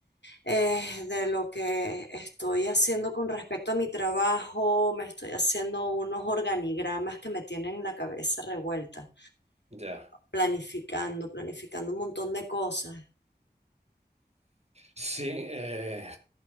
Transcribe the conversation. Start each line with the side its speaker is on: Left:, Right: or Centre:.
Left: eh, de lo que estoy haciendo con respecto a mi trabajo. Me estoy haciendo unos organigramas que me tienen la cabeza revuelta,
Right: Ya.
Left: planificando, planificando un montón de cosas.
Right: Sí, eh,